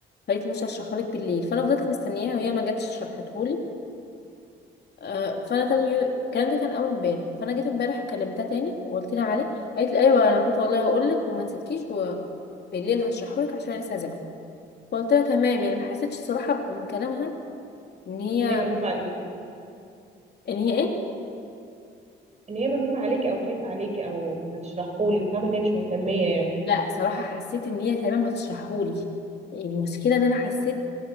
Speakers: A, on the left; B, on the right.
A: قالت مش هشرحهولك بالليل فانا فضلت مستنياها وهي ما جاتش شرحتهولي آه، فانا تاني يو... الكلام ده كان اول امبارح فانا جيت امبارح كلمتها تاني وقلت لها عليه قالت لي ايوه انا كنت والله هقول لك وما نسيتكيش وبالليل هشرحهولك عشان أنا لسه هذاكر فقلت لها تمام يعني ما حسيتش صراحه من كلامها ان هي
B: ان هي ملهوفه عليك
A: ان هي ايه
B: ان هي ملهوفه عليكي او خايفه عليكي او هتشرحهولك فاهمه ان هي مش مهتميه يعني
A: لا صراحه حسيت ان هي تمام هتشرحهولي يعني المشكله ان انا حسيت